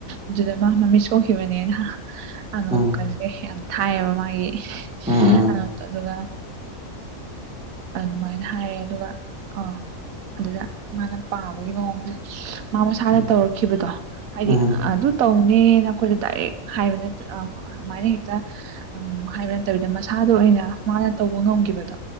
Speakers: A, on the right; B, in the centre.
A: ꯑꯗꯨꯗ ꯃꯥ ꯃꯃꯤꯠ ꯁꯣꯛꯈꯤꯕꯅꯦꯅ ꯑꯅꯣꯞꯀꯁꯦ
B: ꯎꯝ
A: ꯌꯥꯝ ꯊꯥꯏꯌꯦꯕ ꯃꯥꯒꯤ
B: ꯎꯝ ꯎꯝ
A: ꯑꯅꯣꯞꯇꯣ ꯑꯗꯨꯒ ꯑꯗꯨꯃꯥꯏꯅ ꯍꯥꯏꯌꯦ ꯑꯗꯨꯒ ꯑꯥ ꯑꯗꯨꯗ ꯃꯥꯅ ꯄꯥꯕꯒꯤ ꯃꯑꯣꯡꯁꯦ ꯃꯥ ꯃꯁꯥꯅ
B: ꯎꯝ
A: ꯇꯧꯔꯛꯈꯤꯕꯗꯣ ꯍꯥꯏꯗꯤ
B: ꯎꯝ
A: ꯑꯗꯨ ꯇꯧꯅꯦꯅ ꯑꯩꯈꯣꯏꯗ ꯗꯥꯏꯔꯦꯛ ꯍꯥꯏꯕ ꯅꯠꯇꯦ ꯑ ꯀꯣ ꯑꯃꯥꯏꯅ ꯍꯦꯛꯇ ꯎꯝ ꯍꯥꯏꯕ ꯅꯠꯇꯕꯤꯗ ꯃꯁꯥꯗ ꯑꯣꯏꯅ ꯃꯥꯅ ꯇꯧꯕ ꯉꯝꯒꯤꯕꯗꯣ